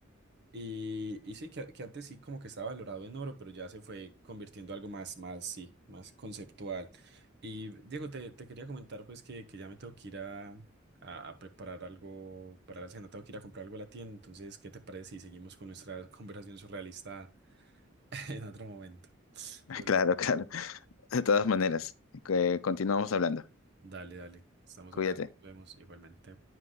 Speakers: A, on the right; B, on the left.
A: Y, y sí, que, que antes sí como que estaba valorado en oro, pero ya se fue convirtiendo algo más, más, sí, más conceptual. Y Diego, te, te quería comentar pues que, que ya me tengo que ir a, a, a preparar algo para la cena, tengo que ir a comprar algo a la tienda, entonces, ¿qué te parece si seguimos con nuestra conversación surrealista <laughs> en otro momento sobre
B: Claro,
A: eso?
B: claro. De todas maneras, que continuamos hablando.
A: Dale, dale, estamos
B: Cuídate.
A: hablando, nos vemos igualmente.